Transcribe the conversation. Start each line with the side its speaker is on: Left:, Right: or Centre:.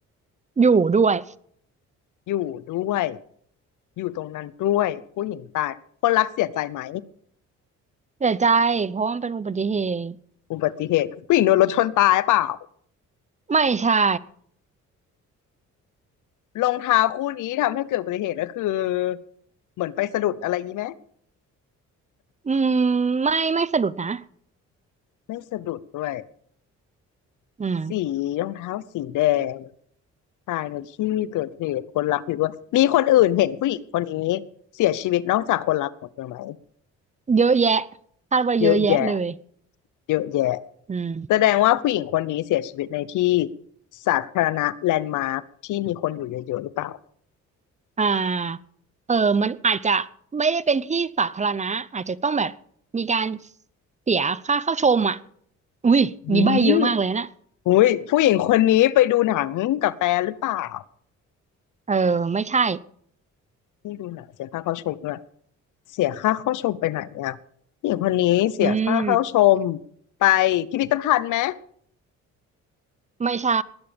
Right: อยู่ด้วย
Left: อยู่ด้วย อยู่ตรงนั้นด้วยผู้หญิงตายคนรักเสียใจไหม
Right: เสียใจเพราะว่ามันเป็นอุบัติเหตุ
Left: อุบัติเหตุผู้หญิงโดนรถชนตายเปล่า
Right: ไม่ใช่
Left: รองเท้าคู่นี้ทำให้เกิดอุบัติเหตุก็คือเหมือนไปสะดุดอะไรนี้ไหม
Right: อืมไม่ไม่สะดุดนะ
Left: ไม่สะดุดด้วย
Right: อืม
Left: สีรองเท้าสีแดงตายในที่เกิดเหตุคนรักอยู่ด้วยมีคนอื่นเห็นผู้หญิงคนนี้เสียชีวิตนอกจากคนรักของเธอไหม
Right: เยอะแยะคาดว่าเยอะแยะเลย
Left: เยอะแยะเยอะแยะ
Right: อืม
Left: แสดงว่าผู้หญิงคนนี้เสียชีวิตในที่สาธารณะแลนด์มาร์คที่มีคนอยู่เยอะๆหรือเปล่า
Right: อ่าเออมันอาจจะไม่ได้เป็นที่สาธารณะอาจจะต้องแบบมีการเสียค่าเข้าชมอ่ะอุ้ยนี่ใบ้เยอะมากเลยนะ
Left: อืม อุ้ยผู้หญิงคนนี้ไปดูหนังกับแฟนหรือเปล่า
Right: เออไม่ใช่
Left: ที่ดูหนังเสียค่าเข้าชมด้วยเสียค่าเข้าชมไปไหนเนี่ยผู้หญิงคนนี้เสียค่าเข้าชม
Right: อืม
Left: ไปพิพิธภัณฑ์ไหม
Right: ไม่ใช่